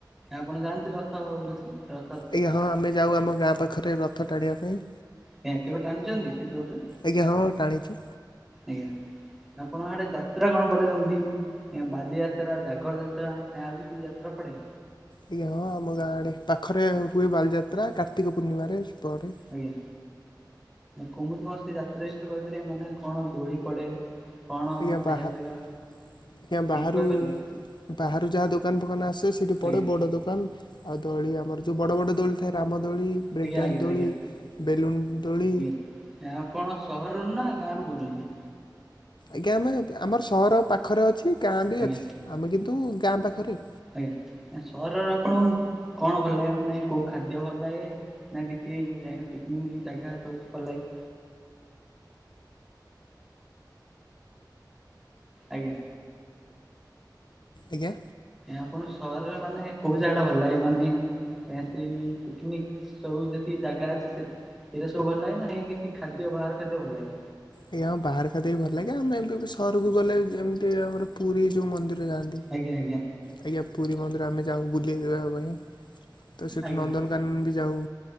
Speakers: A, in the centre; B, on the left (about 80°).
A: ଆପଣ ଜାଣିନ୍ତି ରଥ ବୁଲିତେ ର
B: ଆଜ୍ଞା ହଁ ଆମେ ଯାଉ ଆମ ଗାଁ ପାଖରେ ରଥ ଟାଣିବା ପାଇଁ।
A: ଆଜ୍ଞା କେବେ ଟାଣିଛନ୍ତି ସେ ଦୌଡିରେ?
B: ଆଜ୍ଞା ହଁ ଟାଣିଚି।
A: ଆଜ୍ଞା ଆପଣ ଆଡେ ଯାତ୍ରା କଣ ପଡେ ଯେମିତି? ନା ବାଲିଯାତ୍ରା ଜାଗର ଯାତ୍ରା ନା ଆଉ କିଛି ଯାତ୍ରା ପଡେ?
B: ଆଜ୍ଞା ହଁ ଆମ ଗାଁ ଆଡେ ପାଖରେ ହୁଏ ବାଲିଯାତ୍ରା କାର୍ତ୍ତିକ ପୂର୍ଣ୍ଣିମାରେ ସେ ପରେ।
A: ଆଜ୍ଞା। କୁମିତି କଣ ସେ ଯାତ୍ରା ବିଷୟରେ କହିପାରିବେ ମାନେ କଣ ଦୋଳି ପଡେ? କଣ
B: ଆଜ୍ଞା
A: ଖାଇବା
B: ବାହା ଆଜ୍ଞା
A: ଫାଇବା
B: ବାହାରୁ,
A: ଏମିତି କହିପାରିବେ
B: ବାହାରୁ ଯାହା ଦୋକାନ ଫୋକାନ ଆସେ ସେ ସେଠି
A: ଆଜ୍ଞା
B: ପଡେ ବଡ ଦୋକାନ, ଆଉ ଦଳି ଆମର ଯୋଉ ବଡ ବଡ ଦୋଳି ଥାଏ ରାମ ଦୋଳି। ବ୍ରେକ୍ଡ୍ୟାନ୍ସ
A: ଆଜ୍ଞା ଆଜ୍ଞା
B: ଦୋଳି
A: ଆଜ୍ଞା
B: ବେଲୁନୁ ଦୋଳି।
A: ଆଜ୍ଞା। ଆପଣ ସହରରୁ ନା ଗାଁ ରୁ କୋଉଚନ୍ତି?
B: ଆଜ୍ଞା ଆମେ ଆମର ସହର ପାଖରେ ଅଛି ଗାଁ ବି
A: ଆଜ୍ଞା
B: ଅଛି। ଆମେ କିନ୍ତୁ ଗାଁ ପାଖରେ।
A: ଆଜ୍ଞା ସହର ରେ ଆପଣଙ୍କୁ କଣ ଭଲ ଲାଗେ, ମାନେ କୋଉ ଖାଦ୍ୟ ଭଲ ଲାଗେ? ନା କିଛି ଏ ପିକ୍ନିକ ଜାଗା ସବୁ ଭଲ ଲାଗେ? ଆଜ୍ଞା।
B: ଆଜ୍ଞା।
A: ଆପଣ ସହରରେ ମାନେ କୋଉ ଜାଗା ଟା ଭଲ ଲାଗେ ମାନେ ଆଁ ସେଇ ପିକନିକ ସବୁ ଯେତୀକି ଜାଗା ଅଛି ସେ ଏଇରା ସବୁ ଭଲାଗେ ନା କିଛି ଖାଦ୍ଯ ବାହାର ଖାଦ୍ୟ ଭଲ ଲାଗେ।
B: ଆଜ୍ଞା ବାହାର ଖାଦ୍ଯ ବି ଭଲ ଲାଗେ। ଆମେ ଏବେ ସହରକୁ ଗଲେ ଏମିତି ଆମର ପୁରୀ ଯୋଉ ମନ୍ଦିର ଯାଆନ୍ତି।
A: ଆଜ୍ଞା ଆଜ୍ଞା।
B: ଆଜ୍ଞା ପୁରୀ ମନ୍ଦିର ଆମେ ଯାଉ ବୁଲେଇବା ପାଇଁ। ତ ସେଠୁ
A: ଆଜ୍ଞା।
B: ନନ୍ଦନକାନନ ବି ଯାଉ